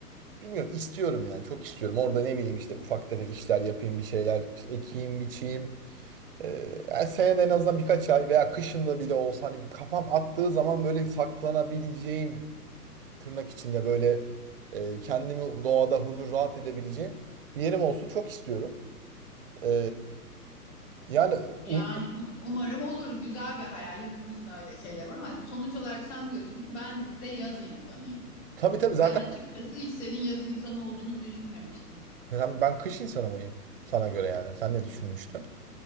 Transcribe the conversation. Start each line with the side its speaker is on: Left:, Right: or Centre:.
Right: bilmiyorum istiyorum yani çok istiyorum. Orada ne bileyim işte ufak tefek işler yapayım bir şeyler işte ekeyim biçeyim. E, yani senede en azından birkaç ay veya kışında bile olsa hani kafam attığı zaman böyle saklanabileceğim tırnak içinde böyle e, kendimi doğada huzur rahat edebileceğim bir yerim olsun çok istiyorum. E, yani
Left: Yani
Right: um,
Left: u- umarım olur. Güzel bir hayal. Hepimizin öyle şeyler var ama sonuç olarak sen diyorsun ki ben de yaz insanıyım.
Right: tabii tabii zaten
Left: Ben açıkçası hiç senin yaz insanı olduğunu düşünmemiştim.
Right: ben kış insanı mıyım sana göre yani sen ne düşünmüştün?